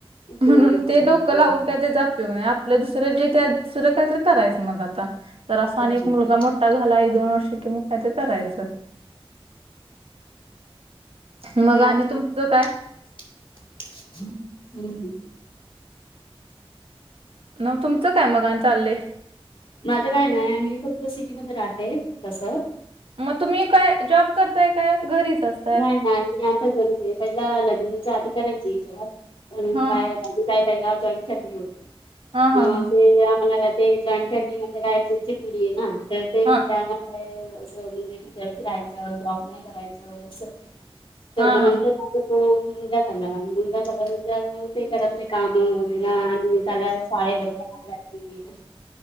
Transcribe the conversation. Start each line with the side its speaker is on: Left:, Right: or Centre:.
Left: ते
Right: म्हणून
Left: होत
Right: ते
Left: नाही
Right: डोकं
Left: हम्म,
Right: लावून
Left: हम्म.
Right: काय त्याजा अपयोग नाही आप ल दुसरं जे त्या दुसरं कायतरी करायचं मग आता. जरासं
Left: हो
Right: आणि
Left: हो
Right: एक
Left: हो.
Right: मुलगा मोठा झाला एक दोन वर्ष कि म काहीतरी करायचं मग
Left: हा
Right: आणि
Left: हम्म
Right: तुमचं काय?
Left: <unintelligible>
Right: म तुमचं काय मगान चाललंय?
Left: माझं काय नाय मी फक्त सिटी मध्ये राहते, कसं
Right: मग तुम्ही काय जॉब करताय काय? घरीच अस
Left: नाही, नाही मी आता घरीच आहे पहिला लग्नाच्या आधी करायची जॉब पण
Right: हा
Left: काय म्हणजे काय पहिला जॉईंट फॅमिली होती
Right: हा हा
Left: मग
Right: हा
Left: ते आम्हाला ते जॉईंट फॅमिली म्हणजे काय पुढची पिढी आहे ना, तर ते
Right: हा
Left: त्यांना काय असं, म्हणजे तिकडेच राहायचं जॉब नाही करायचं असं. तर
Right: हा
Left: म नंतर
Right: हा
Left: माझा तो मुलगा झाला, मुलगा झाल्यानंतर ते घरातले काम वगैरा आणि त्याला शाळेला वगैरे पाठवायचे <unintelligible>